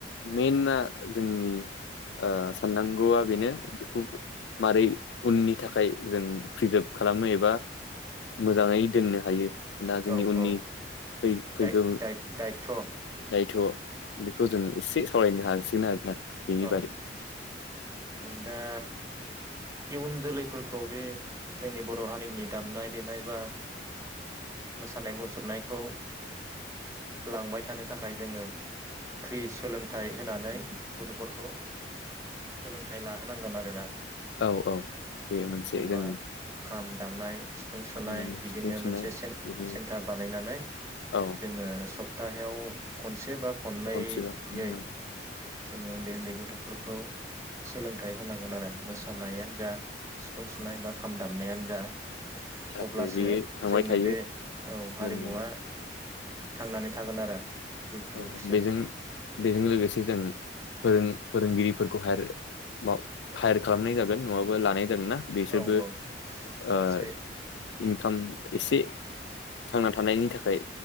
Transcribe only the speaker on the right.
औ
औ।
थ'
औ
जों दा इयुन जोलैफोरखौ बे जोंनि बर' हारिनि दामनाय देनाय बा मोसानाय मुसुरनायखौ लांबाय थानो थाखाय जोङो फ्रि सोलोंथाइ होनानै गथ'फोरखौ सोलोंथाइ लाहोनांगोन आरोना।
जेनेबा
खाम दामनाय सिफुं सुनाय
बिदिनो
मोनसे
सेन्टार बानायनानै
जोङो सप्ताहायाव खनसे बा खननैैयै
जोङो उन्दै उन्दै गथ'फोरखौ सोलोंथाइ होनांगोन आरो। मोसानायानो जा सिफुं सुनाय बा खाम दामनायानो जा।
अब्लासो
जोंनि
बे औ
हारिमुवा थांनानै थागोन आरो। जुग जुगसिम
उम
औ औ
एसे